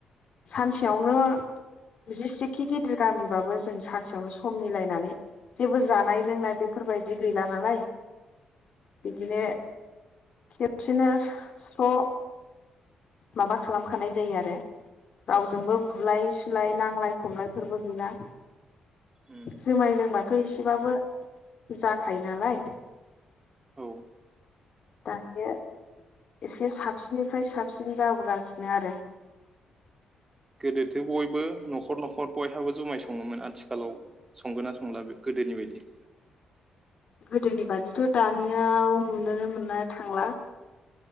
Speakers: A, on the left (about 55°); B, on the right (about 25°).
A: सानसेयावनो जिसेखि गिदिर गामि बाबो सानसेयावनो सम मिलायनानै जेबो जानाय लोंनाय बेफोरबायदि गैला नालाय बिने खेबसेनो स माबा खालामखानाय जायो आरो रावजोंबो बुलाय सुलाय नांलाय खमलायफोरबो गैला
B: उम
A: जुमाय लोंबाथ' एस एसे बाबो जाखायो नालाय
B: औ
A: दायो एसे साबसिननिफ्राय साबसिन जाबोगासिनो आरो
B: गोदोथो बयबो नखर नखर बयहाबो जुमाय सङोमोन आथिखालाव संगोन ना संला गोदोनि बायदि
A: गोदोनि बादिथ दानियाव नुनोनो मोननो थांला